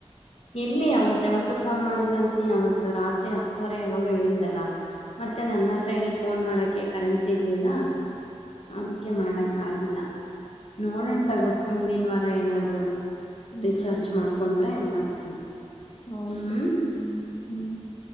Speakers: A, on the left (about 65°); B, on the left (about 40°).
A: ಎಲ್ಲಿ ಅವತ್ತು ಯಾವತು ಫೋನ್ ಮಾಡಿದಿಲ್ಲ ಅಂತ ನೀನು ಅವತ್ತು ರಾತ್ರಿ ಹತ್ತುವರೆ ಯಾವಾಗ ಹೇಳ್ದಲ್ಲ ಮತ್ತೆ ನನ್ನ ಹತ್ರ ಎಲ್ಲಿ ಫೋನ್ ಮಾಡಕ ಕರೆನ್ಸಿ ಇರ್ಲಿಲ್ಲ ಅದಕ್ಕೆ ಮಾಡಕೆ ಆಗಿಲ್ಲ ನೋಡಣ ತಗೋ ಮುಂದಿನ ವಾರ ಏನಾದರೂ
B: ಹ್ಮ್.
A: ರೀಚಾರ್ಜ್ ಮಾಡು ಅಂದ್ರೆ ಮಾಡ್ತೀನಿ
B: ಹೌದು
A: ಹ್ಮ್
B: ಹ್ಮ್ ಹ್ಮ್